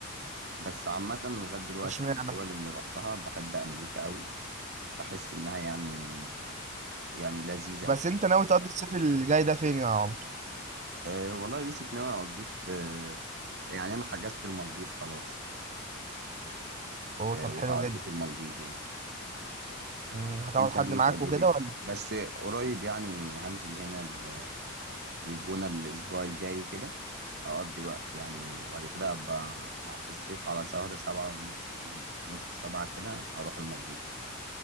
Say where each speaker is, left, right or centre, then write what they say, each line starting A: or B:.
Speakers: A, on the right; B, on the right.
A: بس عامة لغاية دلوقتي
B: اشمعنى
A: في الدول اللي رحتها بحب امريكا قوي بحس انها يعني يعني لذيذة
B: بس
A: او كده
B: انت ناوي تقضي الصيف اللي جاي ده فين يا عمر
A: أه... والله يا يوسف ناوي اقضي في يعني انا حجزت المالديف خلاص
B: اوه
A: أه...
B: طب
A: وهقضي
B: حلو جدا
A: في المالديف يعني
B: مم، هتاخد
A: انت
B: حد
A: ناوي
B: معاك
A: تقضي
B: وكده
A: فين
B: ولا
A: بس قريب يعني هنزل هنا ال- الجونة الأسبوع الجاي كده أقضي وقت يعني وبعد كده أبقى في الصيف على شهر سبعة ونص يعني في نص سبعة كده هروح المالديف